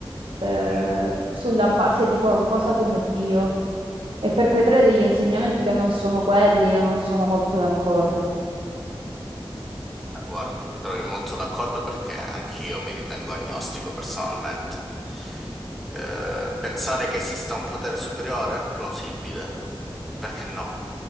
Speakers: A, on the right; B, in the centre.
A: eh,
B: mm.
A: sulla base di qualcosa come Dio e perpetrare degli insegnamenti che non sono quelli, io non sono molto d'accordo.
B: Eh, Guarda, mi trovi molto d'accordo perché anch'io mi ritengo agnostico personalmente. Eh, pensare che esista un potere superiore? Plausibile. Perché no?